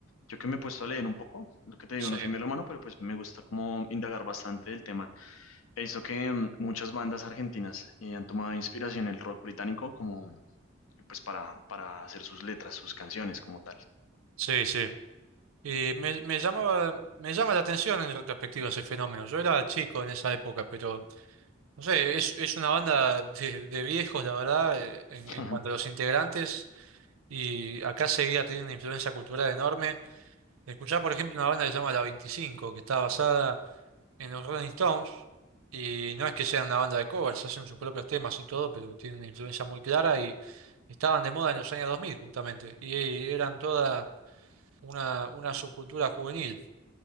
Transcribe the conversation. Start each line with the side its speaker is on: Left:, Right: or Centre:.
Left: yo que me he puesto a leer un poco, lo que te
Right: Sí,
Left: digo, no soy melómano, pero pues me gusta como indagar bastante del tema. He visto que mm, muchas bandas argentinas eh, han tomado inspiración en el rock británico, como pues para, para hacer sus letras, sus canciones como tal.
Right: sí, sí. Y me, me llamaba, me llama la atención en retrospectiva ese fenómeno. Yo era chico en esa época, pero no sé, es, es una banda de, de viejos, la verdad, eh, en, en
Left: Ujú.
Right: cuanto a los integrantes, y acá seguía teniendo una influencia cultural enorme. Escuchar, por ejemplo, una banda que se llama La 25, que está basada en los Rolling Stones, y no es que sean una banda de covers, hacen sus propios temas y todo, pero tienen una influencia muy clara y estaban de moda en los años 2000, justamente, y eran toda una, una subcultura juvenil.